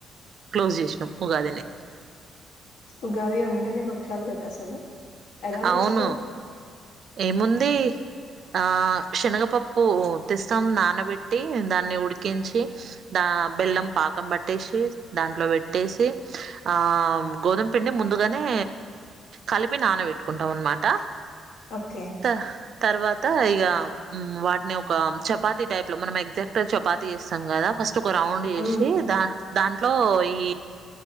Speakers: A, on the right; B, on the left.
A: క్లోజ్ చేసినాం ఉగాదిని
B: ఉగాది అంంటేనే బక్ష్యాలుత అసల ఎలా చేస్తారు
A: అవును ఏముంది ఆ శనగపప్పు తెస్తాం నానబెట్టి దాన్ని ఉడికించి దా బెల్లం పాకం పట్టేసి దాంట్లో పెట్టేసి ఆ గోధుమ పిండి ముందుగానే కలిపి నానబెట్టుకుంటాం అనమాట
B: ఓకే
A: త తర్వాత ఇగ వాటిని ఒక చపాతి టైప్ లో మనం ఎగ్జాక్ట్ చపాతి చేస్తాం కదా ఫస్ తుక రౌండ్ చేసి
B: హ్మ్.
A: దా దాంట్లో ఈ